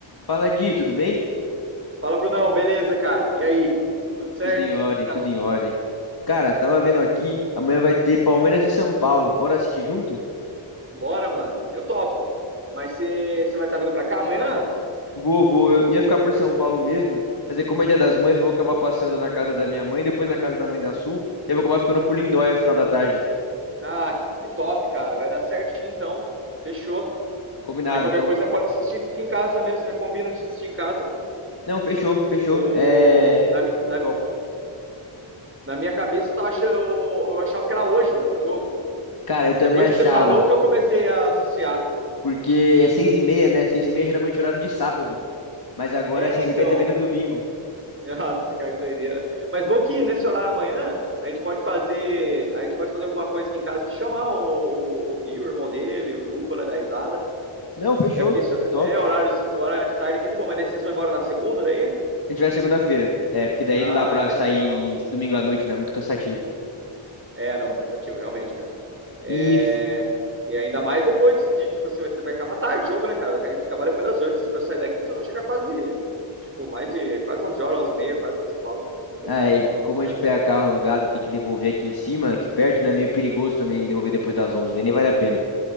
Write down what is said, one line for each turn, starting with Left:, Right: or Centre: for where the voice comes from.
Left: Fala, Di, tudo bem?
Right: Fala, Brunão, beleza, cara? E aí? Tudo certo?
Left: Tudo em ordem,
Right: Que tá...
Left: tudo em ordem. Cara, tava vendo aqui, amanhã vai ter Palmeiras e São Paulo. Bora assistir junto?
Right: Bora, mano. Eu topo. Mas você vai estar vindo pra cá amanhã?
Left: Vou, vou. Eu ia ficar por São Paulo mesmo, mas é como é Dia das Mães, eu vou acabar passando na casa da minha mãe, depois na casa da mãe da Sul, e eu vou acabar ficando por Lindóia final da tarde.
Right: Ah, que top, cara. Vai dar certinho, então. Fechou.
Left: Combinado,
Right: Aí qualquer
Left: então.
Right: coisa né, pode assistir aqui em casa mesmo, né? Combina de assistir em casa.
Left: Não, fechou, fechou.
Right: O...
Left: É.
Right: Na, mi- na,
Left: Topo.
Right: na minha cabeça eu, tava achando, eu, eu achava que era hoje, mano, o jogo.
Left: Cara, eu também
Right: Depois
Left: achava,
Right: que você falou que eu comecei a associar.
Left: porque é seis e meia, né? Seis e meia geralmente é horário de sábado, mas agora
Right: É,
Left: é seis
Right: então.
Left: e meia também no domingo.
Right: <laughs> Nossa, cara, que doideira. Mas bom que nesse horário amanhã a gente pode fazer, a gente pode fazer alguma coisa aqui em casa que chamar o, o, o Gui, o irmão dele, o Dupa, né, da risada.
Left: Não, fechou.
Right: É porque isso-
Left: Top.
Right: é horário, horário de tarde aqui é de bom, mas daí vocês vão embora na segunda daí?
Left: A gente vai segunda-feira. É, porque daí
Right: Ah,
Left: não dá pra
Right: entendeu.
Left: sair domingo à noite, né? É muito cansativo.
Right: É, não, cansativo, realmente, cara. É,
Left: E
Right: e ainda mais depois de, de, tipo assim, vai, vai acabar tarde o jogo, né, cara? Vai cair- acabar depois das oito. Se vocês forem sair daqui, vocês vão chegar quase, tipo, mais de quase 11 horas, 11 e meia, quase em São Paulo. Muito,
Left: aí,
Right: muito, não
Left: como
Right: compensa.
Left: a gente pega carro alugado, e tem que devolver aqui em cima, aqui perto, né? É meio perigoso também devolver depois das onze né? Nem vale a pena.